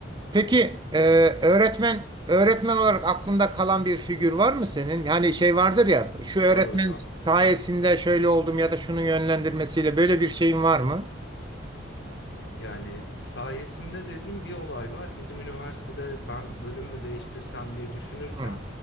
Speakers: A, on the right (about 25°); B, on the left (about 65°).
A: Peki e, öğretmen öğretmen olarak aklında kalan bir figür var mı senin? Yani şey vardır ya şu öğretmen
B: Var hocam.
A: sayesinde şöyle oldum ya da şunun yönlendirmesiyle böyle bir şeyin var mı?
B: Yani sayesinde dediğim bir olay var. Bizim üniversitede ben bölüm mü değiştirsem diye düşünürken
A: Hmm,